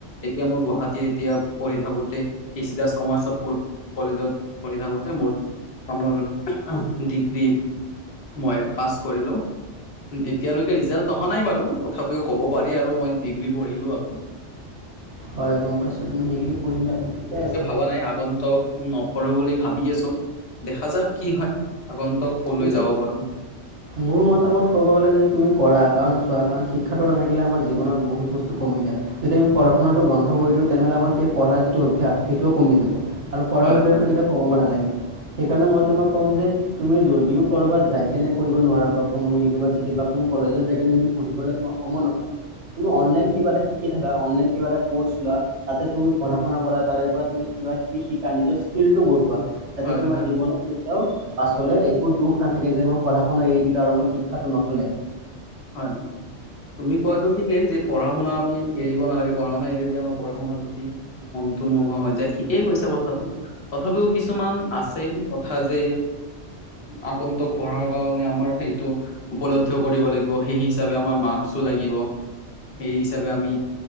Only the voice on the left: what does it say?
এতিয়া মোৰ গুৱাহাটী এতিয়া পঢ়ি থাকোতেই কে চি দাস কমাৰ্চত কলেজত পঢ়ি থাকোতে মোৰ অ মোৰ ডিগ্ৰী মই পাছ কৰিলো। এতিয়ালৈকে ৰিজাল্ট অহা নাই বাৰু তথাপিও ক'ব পাৰি আৰু মই ডিগ্ৰী পঢ়িলো আকৌ। <inaudible>
পোৱা নাই আগন্তক নপঢ়ো বুলি ভাবি আছো। দেখা যাওক কি হয়, আগন্তক কলৈ
যাব পাৰো।
হয়
হয়
হয়
হয়
হয়, তুমি কোৱাটো ঠিকেই যে পঢ়া শুনা আমি এৰিব নালাগে পঢ়া শুনা এৰিলে আমাৰ পঢ়া শুনাৰ প্ৰতি মনটো নোহোৱা হৈ যায়, ঠিকেই কৈছা কথাটো। তথাপিও কিছুমান আছে কথা যে আগন্তক পঢ়াৰ কাৰণে আমাৰ সেইটো উপলব্ধিও কৰিব লাগিব। সেই হিচাপে আমাৰ মাক্সো লাগিব। সেই হিচাপে আমি